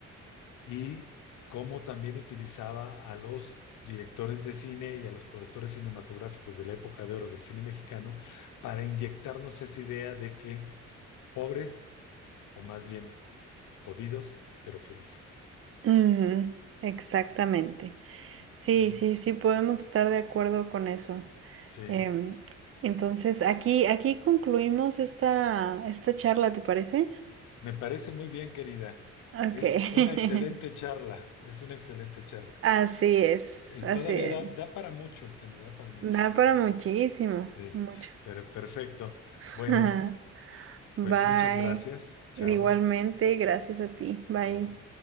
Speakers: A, on the left; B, on the right.
A: y cómo también utilizaba a los directores de cine y a los productores cinematográficos de la época de oro del cine mexicano para inyectarnos esa idea de que pobres, o más bien jodidos, pero felices,
B: Ujú, exactamente. Sí,
A: ¿no?
B: sí, sí, podemos estar de acuerdo con eso.
A: Sí,
B: Em, entonces, aquí, aquí concluimos esta, esta charla, ¿te parece?
A: Me parece muy bien, querida.
B: Ok.
A: Es
B: <laughs>
A: una excelente charla, es una excelente charla.
B: Así es,
A: Es-
B: así
A: todavía
B: es.
A: da, da para mucho el tema, da para mucho,
B: Da
A: pero
B: para muchísimo,
A: sí,
B: mucho.
A: pero perfecto.
B: <laughs>
A: Bueno,
B: Bye.
A: pues muchas gracias. Chao,
B: Igualmente, gracias a ti. Bye.
A: chao.